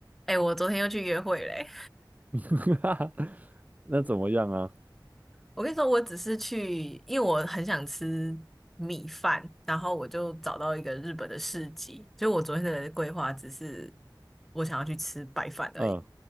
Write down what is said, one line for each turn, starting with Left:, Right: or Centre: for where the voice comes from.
Centre: 哎、我昨天又去约会嘞、
Right: <laughs> 那怎么样啊？
Centre: 我跟你说，我只是去，因为我很想吃米饭，然后我就找到一个日本的市集。就我昨天的规划只是我想要去吃白饭而已。
Right: 嗯